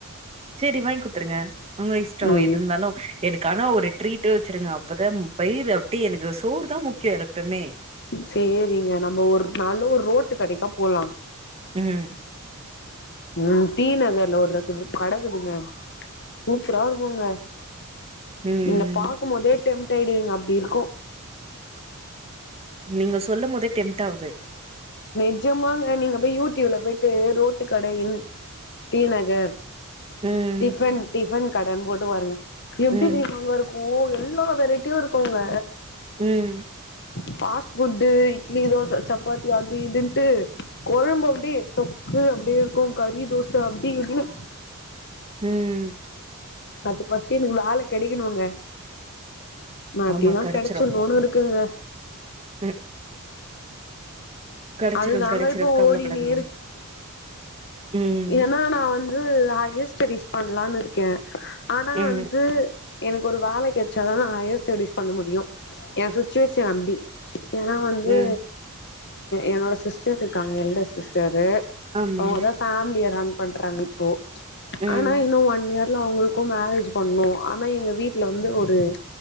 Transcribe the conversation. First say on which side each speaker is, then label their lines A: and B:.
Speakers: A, on the right (about 25°); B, on the left (about 50°).
A: சேரி வாங்கி குடுத்துருங்க உங்க இஷ்டோ
B: ம்
A: எது இருந்தாலு எனக்கு ஆனா ஒரு ட்ரீட் வச்சிருங்க அப்பதா வயிறு அப்டியே எனக்கு சோரு தா முக்கியோ எனக்கு எப்பமே
B: சேரிங்க நம்ம ஒரு நாளு ஒரு ரோட்டு கடைக்கா போலா
A: ம்
B: ம் டீ நகர் ல ஒரு ரெண்டு மூனு கட இக்குதுங்க சூப்பரா இருக்குங்க
A: ம்
B: நீங்க பாக்கும் போதே டெம்ட் ஆய்டுவிங்க அப்டி இருக்கு
A: நீங்க சொல்லும் போதே டெம்ட் ஆவுது
B: நெஜமாங்க நீங்க போய் யூடியூப்ல போயிட்டு ரோட்டு கடையின் டீ நகர்
A: ம்
B: டிஃபன் டிஃபன் கடன்னு போட்டு பாருங்க எப்டி
A: ம்
B: தெரியுமாங்க இருக் ஓ எல்லா வெரைட்டியு இருக்குங்க
A: ம்
B: ஃபாஸ்ட் ஃபுட்டு இட்லி தோச சப்பாத்தி அது இதுன்ட்டு கொழம்பு அப்டியே தொக்கு அப்டி இருக்கு கறி தோச அப்டி இப்டின்னு
A: ம்
B: அதுக்கு ஃபர்ஸ்ட் எனக்கு வேலை கெடைக்கணுங்க நா அப்டின்னா
A: ஆமா கெடச்சிரு
B: கிடைச்சிட்ன்னு இருக்குங்க
A: ம் கெடைச்சிரு
B: அதுதாங்க
A: கெடைச்சிரு
B: இப்போ
A: கவலப்படாதீங்க
B: ஓடினே
A: ம்
B: இல்லன்னா நா வந்து ஹையர் ஸ்டடிஸ் பண்ணலான்னு இருக்கே ஆனா
A: ம்
B: வந்து எனக்கு ஒரு வேல கெடச்சாதா நா ஹையர் ஸ்டடிஸ் பண்ண முடியு ஏ சுச்சுவேஷன் அப்டி ஏன்னா வந்து
A: ம்
B: என்னோட சிஸ்டர் இருக்காங்க எல்டர் சிஸ்டரு
A: ஆமா
B: அவங்கதா ஃபேமிலிய ரன் பண்றாங்க இப்போ
A: ம்
B: ஆனா இன்னு ஒன் இயர் ப்போ அவங்களுக்கு மேரேஜ் பண்ணு ஆனா எங்க வீட்ல வந்து ஒரு